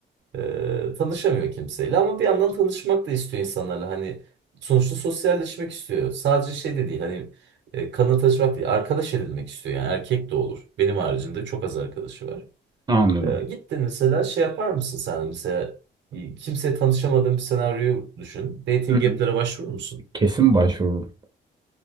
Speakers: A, on the right; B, on the right.
A: Ee, tanışamıyor kimseyle ama bir yandan tanışmak da istiyor insanlarla hani sonuçta sosyalleşmek istiyor sadece şey de değil hani e, kanla tanışmak değil arkadaş edinmek istiyor yani erkek de olur benim haricinde çok az arkadaşı var
B: Anladım.
A: ee, gittin mesela şey yapar mısın sen de? mesela e, kimseye tanışamadığın bir senaryoyu düşün dating
B: Hı hı.
A: app'lere başvurur musun
B: Kesin başvururum.